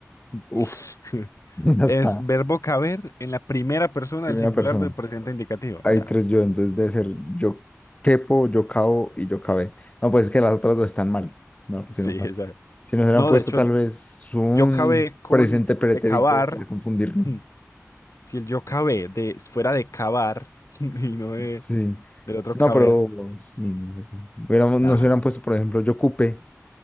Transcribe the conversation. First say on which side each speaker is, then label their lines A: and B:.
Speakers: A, on the left; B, on the left.
A: <laughs>
B: Uf, esa está.
A: Es verbo caber en la primera persona
B: Primera
A: del singular
B: persona.
A: del presente indicativo.
B: Hay
A: Ya.
B: tres yo, entonces debe ser yo quepo, yo cabo y yo cabe. No, pues es que las otras dos están mal. No, si
A: Sí,
B: no pasa.
A: <laughs> esa.
B: Si nos hubieran
A: No,
B: puesto
A: de hecho,
B: tal vez un
A: yo cabé con
B: presente pretérito
A: de cavar.
B: para confundirnos.
A: hmm, Si el yo cabé de fuera de cavar <laughs> y no de
B: Sí.
A: del otro
B: No,
A: caber.
B: pero sí, no sé. Hubiéramos- nos
A: Ajá.
B: hubieran puesto, por ejemplo, yo ocupé,